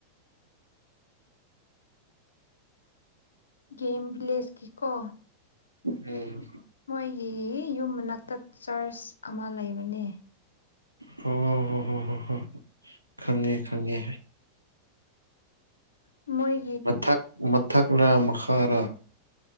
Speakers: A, on the left (about 70°); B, on the right (about 85°).
A: ꯒꯦꯝ ꯕꯤ꯭ꯂꯦꯁꯀꯤ ꯀꯣ
B: ꯎꯝ
A: ꯃꯣꯏꯒꯤ ꯌꯨꯝꯃꯅꯥꯛꯇ ꯆꯔꯆ ꯑꯃ ꯂꯩꯕꯅꯦ
B: ꯍꯣ ꯍꯣ ꯍꯣ ꯍꯣ ꯍꯣ ꯈꯪꯉꯦ ꯈꯪꯉꯦ
A: ꯃꯣꯏ
B: ꯃꯊꯛ ꯃꯊꯛꯂꯥ ꯃꯈꯥꯔꯥ